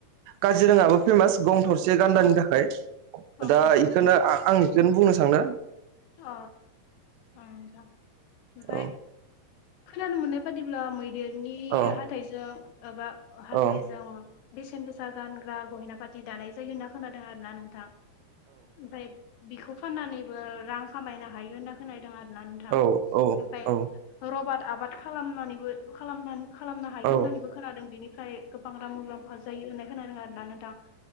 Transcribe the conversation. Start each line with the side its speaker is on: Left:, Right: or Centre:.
Right: काजिरङाबो फेमास गं थरसे गान्दानि
Left: अ
Right: थाखाय
Left: अ
Right: दा
Left: नोंथां
Right: आं इखौनो आं इखोनो बुंनो सानो
Left: अ अ नोंथां ओमफ्राय
Right: औ
Left: खोनानो मोननाय बादिब्ला मैदेरनि
Right: औ
Left: हाथायजों एबा हाथायजों
Right: औ
Left: बेसेन गोसा गानग्रा गहेना पाति दानाय जायो होनना खोनादों आरो ना नोंथां ओमफाय बिखौ फाननानैबो रां खामायनो हायो होनना खोनायदों आरो ना नोथां
Right: औ औ
Left: ओमफाय
Right: औ
Left: रबाद आबाद खालामनानैबो खालामनानै खालामनो हायो
Right: औ
Left: होननानैबो खोनादों बिनिफ्राय गोबां रां मुलाम्फा जायो होननाय खोनादों आरोना नोंथां